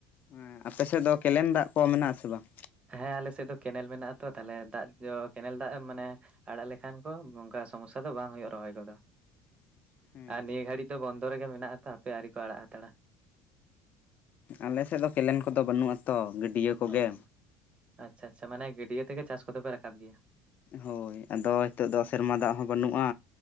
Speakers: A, on the left; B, on the right.
A: ᱦᱮᱸ ᱟᱯᱮ ᱥᱮᱫ ᱫᱚ ᱠᱮᱱᱮᱞ ᱫᱟᱜ ᱠᱚ ᱢᱮᱱᱟᱜᱼᱟ ᱥᱮ ᱵᱟᱝ?
B: ᱦᱮᱸ ᱟᱞᱮ ᱥᱮᱫ ᱫᱚ ᱠᱮᱱᱮᱞ ᱢᱮᱱᱟᱜᱼᱟ ᱛᱚ ᱛᱟᱦᱞᱮ ᱫᱟᱜ ᱠᱮᱱᱮᱞ ᱫᱟᱜ ᱢᱟᱱᱮᱼᱼ ᱟᱸᱲᱟᱜ ᱞᱮᱠᱷᱟᱱ ᱠᱚ ᱚᱱᱠᱟ ᱥᱚᱢᱚᱥᱟ ᱫᱚ ᱵᱟᱝ ᱦᱩᱭᱩᱜᱼᱟ ᱨᱚᱦᱚᱭ ᱠᱚᱫᱚ᱾
A: <inaudible>
B: ᱟᱨ ᱱᱤᱭᱟᱹ ᱜᱷᱟᱹᱲᱤᱡ ᱫᱚ ᱵᱚᱱᱫᱚ ᱨᱮᱜᱮ ᱢᱮᱱᱟᱜᱼᱟ ᱛᱚ ᱦᱟᱯᱮ ᱟᱹᱨᱤ ᱠᱚ ᱟᱸᱲᱟᱜ ᱦᱟᱛᱟᱲᱟ᱾
A: ᱟᱞᱮ ᱥᱮᱫ ᱫᱚ ᱠᱮᱱᱮᱞ ᱠᱚᱫᱚ ᱵᱟᱹᱱᱩᱜᱼᱟ ᱛᱚ ᱜᱟᱹᱰᱭᱟᱹ ᱠᱚᱜᱮ᱾
B: ᱚ ᱟᱪᱪᱷᱟ ᱟᱪᱪᱷᱟ ᱢᱟᱱᱮ ᱜᱟᱹᱰᱭᱟᱹ ᱛᱮᱜᱮ ᱪᱟᱥ ᱠᱚᱫᱚ ᱯᱮ ᱨᱟᱠᱟᱵ ᱜᱮᱭᱟ
A: ᱦᱳᱭ ᱟᱫᱚ ᱱᱤᱛᱳᱜ ᱫᱚ ᱥᱮᱨᱢᱟ ᱫᱟᱜ ᱦᱚᱸ ᱵᱟᱹᱱᱩᱜᱼᱟ